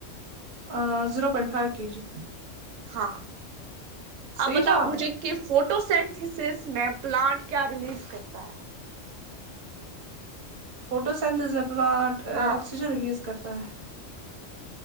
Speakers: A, on the right; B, on the right.
A: آ zero point five K G
B: ہاں آپ
A: صحیح
B: بتاؤ
A: جواب
B: مجھے
A: ہے
B: کہ فوٹو سینتھیسس میں پلانٹ کیا ریلیز کرتا ہے
A: فوٹوستز پلانٹ
B: ہاں
A: آکسیجن ریلیز کرتا ہے